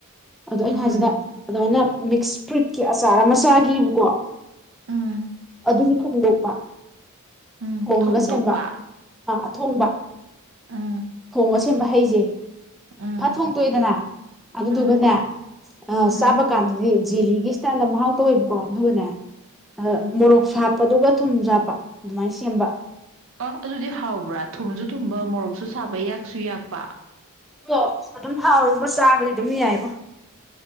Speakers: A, in the centre; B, on the right.
A: ꯑꯗꯣ ꯑꯩꯅ
B: ꯎꯝ
A: ꯍꯥꯏꯁꯤꯅ ꯑꯗꯨꯃꯥꯏꯅ ꯃꯤꯛꯁ ꯐ꯭ꯔꯨꯏꯠꯀꯤ ꯑꯆꯥꯔ ꯑꯃ ꯆꯥꯒꯤꯕꯀꯣ
B: ꯎꯝ
A: ꯑꯗꯨꯁꯨ ꯊꯣꯡꯗꯣꯛꯄ
B: ꯎꯝ
A: ꯊꯣꯡꯉꯒ
B: ꯊꯣꯡꯗꯣꯛꯄ
A: ꯁꯦꯝꯕ ꯑꯥ ꯊꯣꯡꯕ
B: ꯎꯝ
A: ꯐꯣꯡꯁ ꯁꯦꯝꯕ ꯍꯩꯖꯦ
B: ꯎꯝ
A: ꯐꯠ ꯊꯣꯡꯗ‌ꯣꯛꯑꯦꯗꯅ ꯑꯗꯨꯗꯨꯒꯅꯦ
B: ꯎꯝ ꯎꯝ
A: ꯆꯥꯕ ꯀꯥꯟꯗꯗꯤ ꯖꫠꯂꯤꯒꯤ ꯏꯁ꯭ꯇꯥꯏꯜꯗ ꯃꯍꯥꯎ ꯇꯧꯋꯦꯕꯀꯣ ꯑꯗꯨꯒꯅꯦ ꯑ
B: ꯎꯝ
A: ꯃꯣꯔꯣꯛꯁꯨ ꯍꯥꯞꯄꯗꯨꯒ ꯊꯨꯝꯁꯨ ꯍꯥꯞꯄ ꯑꯗꯨꯃꯥꯏꯅ ꯁꯦꯝꯕ
B: ꯑ ꯑꯗꯨꯗꯤ ꯍꯥꯎꯕ꯭ꯔꯥ ꯊꯨꯝꯁꯨ ꯊꯨꯝꯕ ꯃꯣꯔꯣꯛꯁꯨ ꯁꯥꯕ ꯌꯥꯛꯁꯨ ꯌꯥꯛꯄ
A: ꯑꯣ ꯑꯗꯨꯝ ꯍꯥꯎꯋ‌ꯦꯕ ꯆꯥꯕꯗꯤ ꯑꯗꯨꯝ ꯌꯥꯏꯕ